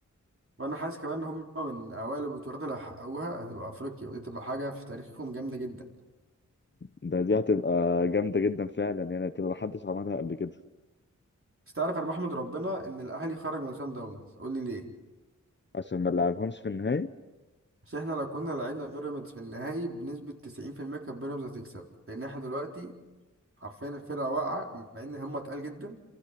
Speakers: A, on the right; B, on the left.
A: وأنا حاسس كمان إن هم من أوائل البطولات اللي هيحققوها هتبقى أفريقيا ودي تبقى حاجة في تاريخهم جامدة جدا
B: ده دي هتبقى جامده جدا فعلا يعني هتبقى محدش عملها قبل كده
A: بس تعرف انا بحمد ربنا ان الاهلي خرج من سان داونز قول لي ليه
B: عشان ما نلعبهمش في النهائي
A: عشان احنا لو كنا لعبنا بيراميدز في النهائي بنسبة 90% كانت بيراميدز هتكسب لان احنا دلوقتي حرفيا الفرقة واقعة مع ان هم تقال جدا